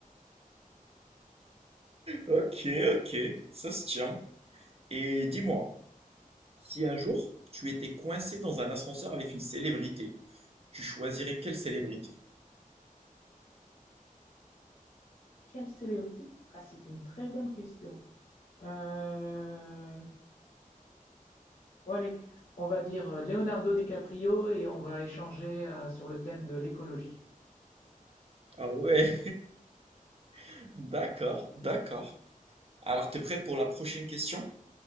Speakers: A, on the right; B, on the left.
A: Ok, ok, ça se tient. Et dis-moi, si un jour tu étais coincé dans un ascenseur avec une célébrité, tu choisirais quelle célébrité?
B: Quelle célébrité? Ah, c'est une très bonne question. Euh, bon, allez, on va dire euh, Leonardo DiCaprio et on va échanger euh, sur le thème de l'écologie.
A: Ah ouais, <laughs> d'accord, d'accord. Alors, t'es prêt pour la prochaine question?